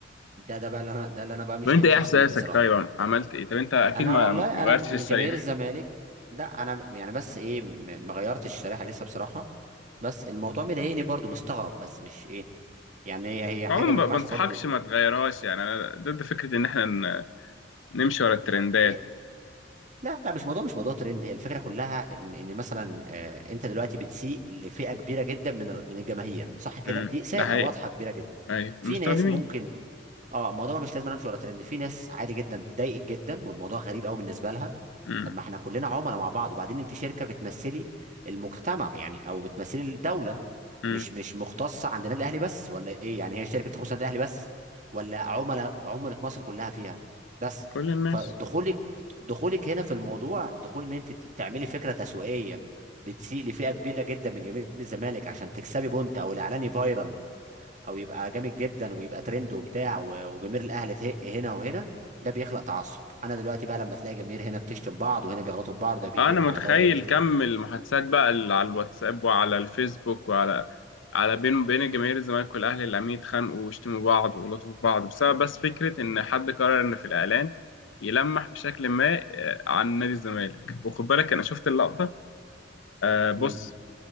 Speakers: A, on the right; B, on the left.
A: ده ده بقى اللي انا ده اللي انا بقى مش
B: طب انت
A: لاقي
B: ايه
A: له تفسير
B: احساسك
A: بصراحه
B: طيب عملت ايه طب انت اكيد
A: انا
B: ما
A: والله
B: ما
A: انا
B: غيرتش
A: من
B: الشريحه
A: جماهير الزمالك لا انا يعني بس ايه م- ما غيرتش الشريحه لسه بصراحه بس الموضوع مضايقني برضو مستغرب بس مش ايه يعني هي هي حاجه
B: عموما
A: ما ينفعش
B: ما بنصحكش
A: برضو
B: ما تغيرهاش يعني انا ضد فكره ان احنا ن- نمشي ورا الترندات
A: هي لا لا مش موضوع مش موضوع ترند هي الفكره كلها ان ان مثلا آه، انت دلوقتي بتسيء لفئه كبيره جدا من ال- من الجماهير صح كده
B: امم
A: دي اساءه
B: ده حقيقي
A: واضحه كبيره جدا
B: ايوه
A: في
B: المستخدمين
A: ناس ممكن اه الموضوع مش لازم أنا امشي ورا ترند في ناس عادي جدا اتضايقت جدا والموضوع غريب قوي بالنسبه لها
B: امم
A: طب ما احنا كلنا عملاء مع بعض وبعدين انت شركه بتمثلي المجتمع يعني او بتمثلي الدوله
B: امم
A: مش مش مختصه عند النادي الاهلي بس ولا ايه يعني هي شركه تخص النادي الاهلي بس ولا عملاء عملاء مصر كلها فيها بس
B: كل الناس
A: فدخولك دخولك هنا في الموضوع دخول ان انت ت- تعملي فكره تسويقيه بتسيء لفئه كبيره جدا من جماهير الزمالك عشان تكسبي بونت او الاعلاني فايرال او يبقى جامد جدا ويبقى ترند وبتاع و- وجماهير الاهلي تهق هنا وهنا ده بيخلق تعصب انا دلوقتي بقى لما تلاقي جماهير هنا بتشتم بعض وهنا بيغلطوا في بعض ده بيهق
B: انا متخيل
A: على ده وده بيشتم
B: كم المحادثات بقى اللي على الواتساب وعلى الفيسبوك وعلى على بين بين جماهير الزمالك والاهلي اللي عمالين يتخانقوا ويشتموا بعض ويغلطوا في بعض بسبب بس فكره ان حد قرر ان في الاعلان يلمح بشكل ما آه، عن نادي الزمالك وخد بالك انا شفت اللقطه آه، بص
A: امم